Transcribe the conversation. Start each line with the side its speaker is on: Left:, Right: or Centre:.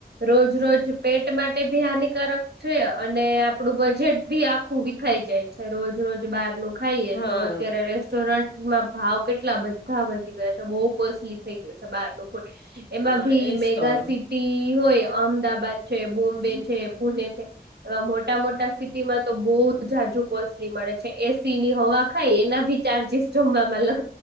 Right: રોજ રોજ પેટ માટે બી હાનિકારક છે અને આપડું બજેટ બી આખું વિખાઈ જાય છે રોજ રોજ બારનું ખાઈએ
Left: હા
Right: તો અત્યારે રેસ્ટોરન્ટ માં ભાવ કેટલા બધાં વધી ગયા છે બો કોસ્ટલી થઈ ગયું છે બારનું. એમાંબી
Left: હા એજ
Right: મેગા
Left: તો
Right: સિટી હોય અમદાવાદ છે, બોમ્બે છે, પૂણે છે એવા મોટા મોટા સિટીમાં તો બો જાજુ કોસ્ટલી મળે છે. એસીની હવા ખાય એના બી ચાર્જિસ જમવામાં લ